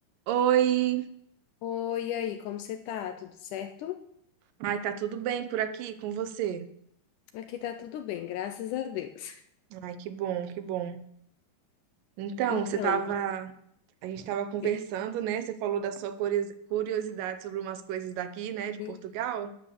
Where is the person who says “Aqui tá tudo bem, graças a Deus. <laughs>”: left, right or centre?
Left